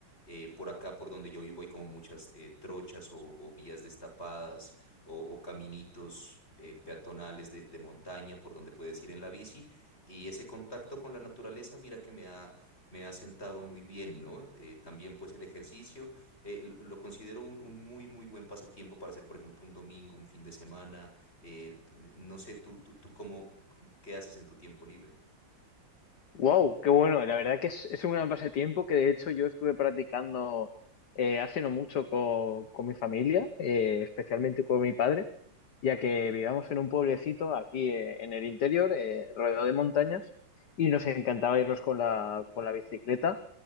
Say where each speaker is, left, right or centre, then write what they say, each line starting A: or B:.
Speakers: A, on the left; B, on the left.
A: eh, por acá, por donde yo vivo, hay como muchas eh, trochas o, o vías destapadas o, o caminitos eh, peatonales de, de montaña por donde puedes ir en la bici. Y ese contacto con la naturaleza, mira que me ha, me ha sentado muy bien, ¿no? Eh, también pues el ejercicio eh, lo lo considero un, un muy, muy buen pasatiempo para hacer, por ejemplo, un domingo, un fin de semana. eh, eh, no sé, tú, tú, tú cómo, qué haces en tu tiempo libre.
B: Wow, qué bueno. La verdad que es, es un gran pasatiempo que de hecho yo estuve practicando eh, hace no mucho co- con, mi familia, eh, especialmente con mi padre, ya que vivíamos en un pueblecito aquí eh, en el interior, eh, rodeado de montañas, y nos encantaba irnos con la, con la bicicleta.